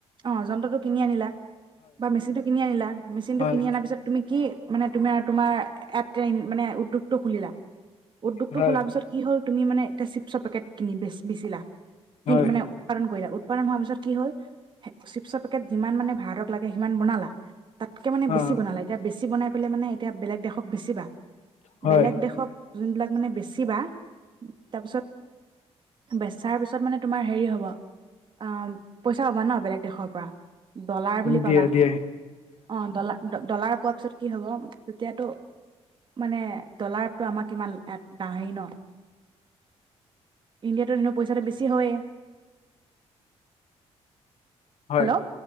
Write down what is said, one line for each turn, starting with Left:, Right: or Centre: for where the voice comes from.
Right: অ যন্ত্ৰটো কিনি আনিলা বা মেচিন টো কিনি আনিলা মেচিন
Left: হয়,
Right: টো কিনি অনাৰ পিছত তুমি কি মানে তুমি আৰু তোমাৰ এন মানে উদ্যোগটো খুলিলা উদ্যোগ
Left: হয়,
Right: হলাৰ পিছত কি হল তুমি মানে এতা চিপছৰ পেকেট কিনি বে বেচিলা কিন
Left: হয়,
Right: মানে উৎপাদন কৰিলা উৎপাদন হোৱা পিছত কি হ'ল চিপছৰ পেকেট যিমান মানে ভাৰতক লাগে সিমান বনালা তাতকে মানে
Left: অ',
Right: বেছি বনালা এতিয়া বেছি বানাই পলে মানে এতিয়া বেলেগ দেশক বেচিবা।
Left: হয়,
Right: বেলেগ দেশক যোনবিলাক মানে বেচিবা তাৰপিছত বেচাৰ পিছত মানে তোমাৰ হেৰি হ'ব অহ, পইচা পাবা ন' বেলেগ দেশৰ পৰা। ডলাৰ বুলি
Left: দিয়ে,
Right: পাবা
Left: দিয়ে,
Right: অ', ডলাৰ ড ডলাৰ পোৱাৰ পিছত কি হ'ব, তেতিয়াতো মানে ডলাৰটো আমাৰ কিমান হেৰি ন ইণ্ডিয়াতো এনে পইচাটো বেছি হয়ে
Left: হয়,
Right: হেল্ল'